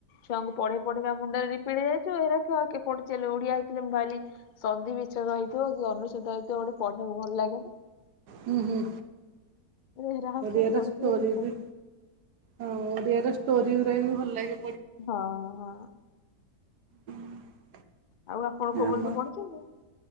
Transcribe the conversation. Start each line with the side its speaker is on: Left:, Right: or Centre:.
Left: ଛୁଆ ପଢେଇ ପଢେଇ ମୁଣ୍ଡ ପିଢ ଯାଇଛୁ ଏଲେ ଓଡିଆ ହେଇଥିଲେ ମୁ ଭଲି ସନ୍ି ବିଛଦ ହେଇଛି ଅନୁତତ ଗୋଟେ ପଢିବାକୁ ଭଲ ଲାଗେ ।
Right: ହୁଁ ହୁଁ।
Left: ହେରା ଆଉ
Right: ଓଡ଼ିଆ
Left: କିଏ ପଢୁଛି
Right: ର ଷ୍ଟୋରି
Left: ବୋଲି ମୁଁ ପଢୁନି।
Right: ବି ହଁ ଓଡ଼ିଆ ଷ୍ଟୋରି ଗୁା ବି ଭଲ ଲାଗେ
Left: ହଁ ହଁ।
Right: ହୁଁ।
Left: ଆଉ ଆପଣ କୋଉ
Right: ଆମ
Left: ପର୍ଯ୍ୟନ୍ତ ପଢିଛନ୍ତି?